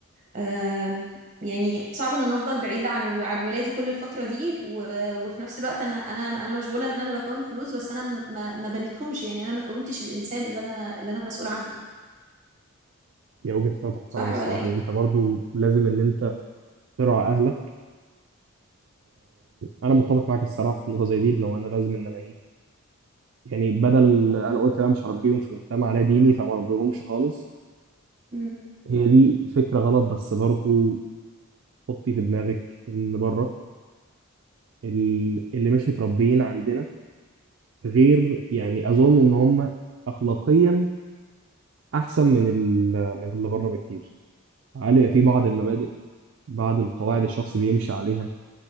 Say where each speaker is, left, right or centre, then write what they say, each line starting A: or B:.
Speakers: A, on the right (about 35°); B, on the right (about 55°).
A: آم، يعني صعب ان انا افضل بعيده عن عن ولادي كل الفتره دي و- وفي نفس الوقت انا انا انا مشغوله ان انا بكون فلوس بس انا ما ما بنتهمش يعني انا ما كونتش الانسان اللي انا اللي انا مسؤول عنه
B: هي وجهة نظر
A: صح
B: فعلا الصراحة
A: ولا ايه
B: إن أنت برضو لازم إن أنت تراعي أهلك أنا متفق معاك الصراحة في النقطة زي دي اللي هو أنا لازم إن أنا إيه يعني بدل أنا قلت أنا مش هربيهم في مجتمع لا ديني فما أربيهمش خالص
A: امم
B: هي دي فكرة غلط بس برضو حطي في دماغك إن بره ال- اللي مش متربيين عندنا غير يعني أظن إن هم أخلاقيا أحسن من ال- من اللي بره بكتير علي في بعض المبادئ بعض القواعد الشخص بيمشي عليها